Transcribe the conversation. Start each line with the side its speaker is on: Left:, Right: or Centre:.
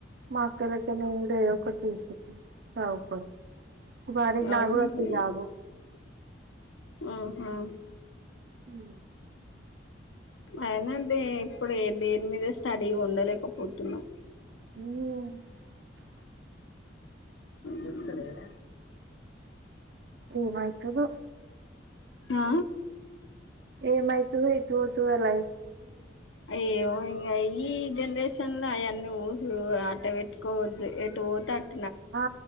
Right: మా అక్కదగ్గరనే ఉండి ఎదో ఒకటి చేసేదాని సదువ్కొని ఈ పాటికి నాగుడ
Left: అవును
Right: వచ్చు జాబు
Left: ఊహు
Right: హూ
Left: అయినా దే ఇప్పుడు ఏ దేని మీద స్టడీగా ఉండలేకపోతున్నా
Right: అవునా
Left: వస్తలేద
Right: ఏమైతదో
Left: ఆ
Right: ఏమైతదో ఎటు పోతదో లైఫ్
Left: అయ్యయ్యో ఇంగ ఈ జనరేషన్ ల ఆయన్ని ఊహలు అట్ట పెట్టుకోవద్దు ఎటు బోతే అటు
Right: ఆ